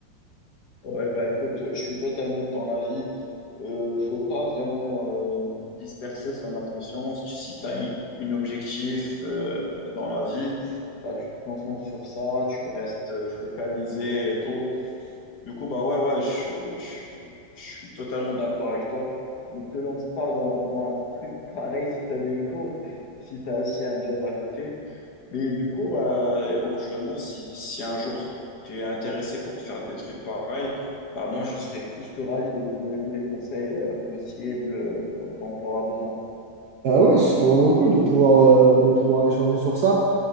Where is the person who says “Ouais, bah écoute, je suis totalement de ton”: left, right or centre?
Left